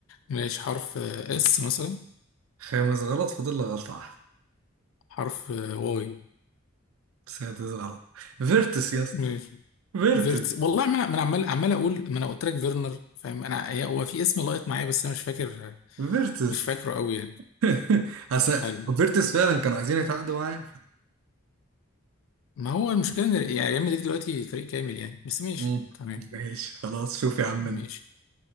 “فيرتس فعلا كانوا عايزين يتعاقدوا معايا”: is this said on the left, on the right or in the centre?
Right